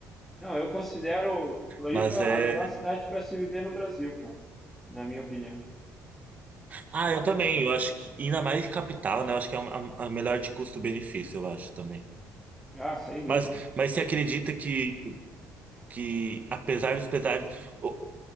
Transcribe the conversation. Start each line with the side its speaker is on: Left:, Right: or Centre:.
Centre: Não, eu considero Floripa
Right: Mas é.
Centre: a melhor cidade para se viver no Brasil, cara. Na minha opinião.
Right: Ah, eu também. Eu acho que ainda mais capital, né? Eu acho que é a, a a melhor de custo-benefício, eu acho também.
Centre: Ah, sem dúvida.
Right: Mas, mas você acredita que que apesar dos pesares, o-